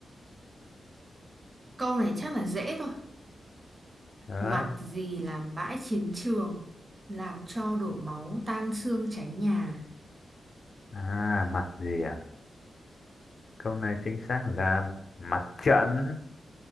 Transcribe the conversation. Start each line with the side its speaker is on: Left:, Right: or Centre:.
Right: Câu này chắc là dễ thôi.
Left: đó
Right: Mặt gì làm bãi chiến trường, làm cho đổ máu tan xương cháy nhà.
Left: à mặt gì à câu này chính xác là mặt trận